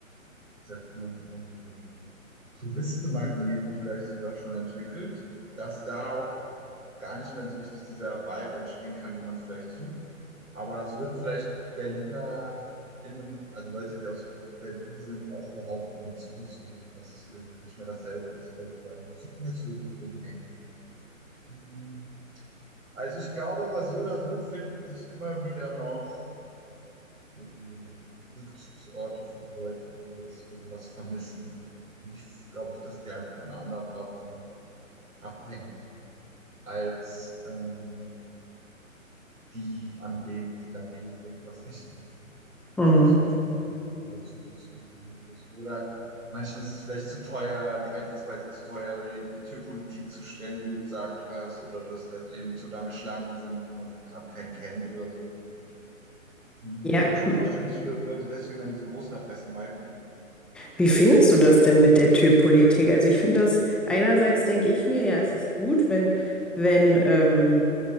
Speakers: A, on the right; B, in the centre.
A: wie sagt man, also Touristenmagneten vielleicht sogar schon entwickelt, dass da auch gar nicht mehr so richtig dieser Vibe entstehen kann, den man vielleicht sucht. Aber das würden vielleicht BerlinerInnen, also Leute, die aus Berlin sind, auch behaupten mit Zugezogenen, dass es irgendwie nicht mehr dasselbe ist, weil überall nur Zugezogene rumhängen. Hm. Also ich glaube aber so oder so finden sich immer wieder noch so Rückzugsorte für die Leute, die jetzt irgendwas vermissen. Also die glaube ich, dass die einfach an anderen Orten dann abhängen als ähm, die, an denen sie dann eben irgendwas nicht so gut finden.
B: Mhm.
A: Wie Jetzt zum Beispiel Touristen oder Zugezogene oder so. Oder manchen ist es vielleicht zu teuer, die Eintrittspreise zu teuer oder eben die Türpolitik zu streng, wie du gesagt hast, oder dass halt eben zu lange Schlangen sind und man halt gerade keinen kennt oder so. Hm,
B: Ja,
A: Kann mir schon vorstellen, dass viele Leute deswegen dann diese großen Adressen meiden.
B: wie findest du das denn mit der Türpolitik? Also ich finde das, einerseits denke ich mir, ja, es ist gut, wenn, wenn ähm,